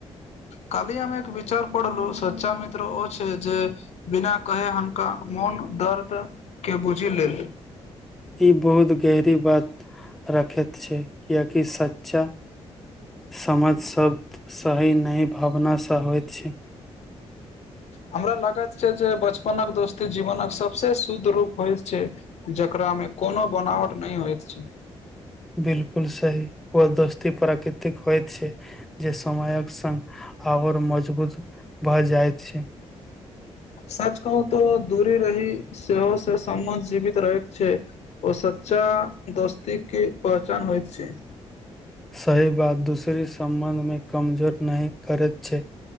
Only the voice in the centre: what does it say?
ई बहुत गेहरी बात रखैत छै किआकि सच्चा समझ सब सही नहि भावनासँ होइत छी
बिलकुल सही ओ दोस्ती प्राकृतिक होइत छै जे समयक संग आओर मजबूत भऽ जाइत छै
सही बात दूसरी सम्बन्ध मे कमजोर नहि करैत छै